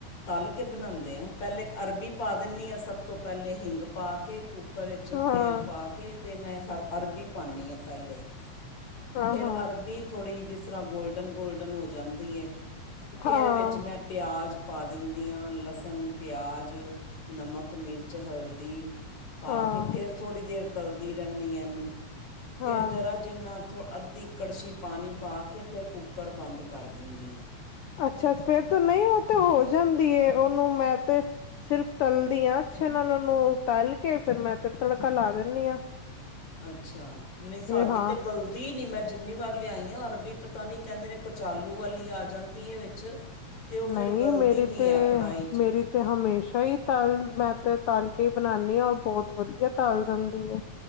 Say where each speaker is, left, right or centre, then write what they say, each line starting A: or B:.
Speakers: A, on the left; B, on the left.
A: ਤਲ ਕੇ ਬਣਾਂਦੇ ਆਂ, ਪਹਿਲੇ ਇੱਕ ਅਰਬੀ ਪਾ ਦਿੰਣੀ ਆਂ, ਸਭ ਤੋਂ ਪਹਿਲੇ ਹਿੰਗ ਪਾ ਕੇ ਕੁ ਕੂਕਰ ਇੱਚ
B: ਹਾਂ,
A: ਤੇਲ ਪਾ ਕੇ ਅਤੇ ਮੈਂ ਹਰ ਅਰਬੀ ਪਾਣੀ ਆਂ ਪਹਿਲੇ।
B: ਹਾਂ-ਹਾਂ,
A: ਫਿਰ ਅਰਬੀ ਥੋੜ੍ਹੀ ਜਿਸ ਤਰ੍ਹਾਂ ਗੋਲਡਨ ਗੋਲਡਨ ਹੋ ਜਾਂਦੀ ਐ, ਫਿਰ
B: ਹਾਂ, ਹਾਂ,
A: ਵਿੱਚ ਮੈਂ ਪਿਆਜ਼ ਪਾ ਦਿੰਦੀ ਆਂ ਲਸਣ, ਪਿਆਜ਼। ਨਮਕ, ਮਿਰਚ, ਹਲਦੀ। ਪਾ
B: ਹਾਂ
A: ਕੇ ਫੇਰ ਥੋੜ੍ਹੀ ਦੇਰ ਤਲਦੀ ਰਹਿੰਦੀ ਇਹਨੂੰ ਫੇਰ
B: ਹਾਂ
A: ਜ਼ਰਾ ਜਿੰਨਾ ਥੋ ਅੱਧੀ ਕੜਛੀ ਪਾਣੀ ਪਾ ਕੇ ਫਿਰ ਕੁੂੱਕਰ ਬੰਦ ਕਰ ਦਿੰਦੀ ਆਂ।
B: ਅੱਛਾ ਫੇਰ ਤ ਨਈਂ ਉਹ ਤੇ ਹੋ ਜਾਂਦੀ ਏ ਉਹਨੂੰ ਮੈਂ ਤੇ ਸਿਰਫ ਤਲਦੀ ਆਂ ਅੱਛੇ ਨਾਲ ਉਹਨੂੰ, ਤਲ ਕੇ ਫੇਰ ਮੈਂ ਤੇ ਤੜਕਾ ਲਾ ਦਿੰਣੀ ਆਂ।
A: ਅੱਛਾ, ਨਈਂ ਸਾਡੀ
B: ਹਾਂ
A: ਤੇ ਗਲ ਦੀ ਨੀਂ ਮੈਂ ਜਿੰਨੀ ਵਾਰ ਲਿਆਈ ਆਂ ਅਰਬੀ ਪਤਾ ਨੀਂ ਕਹਿੰਦੇ ਨੇਂ ਕਚਾਲੂ ਵਾਲੀ ਆ ਜਾਂਦੀ ਏ ਵਿੱਚ ਅਤੇ ਉਹ ਫਿਰ
B: ਨਈਂ
A: ਗਲਦੀ
B: ਮੇਰੀ
A: ਨਹੀਂ
B: ਤੇ,
A: ਹੈ ਕੜਾਹੀ 'ਚ
B: ਮੇਰੀ ਤੇ ਹਮੇਸ਼ਾ ਹੀ ਤਲ, ਮੈਂ ਤੇ ਤਲ ਕੇ ਈ ਬਣਾਣੀ ਆਂ ਔਰ ਬਹੁਤ ਵਧੀਆ ਤੱਲ ਜਾਂਦੀ ਐ।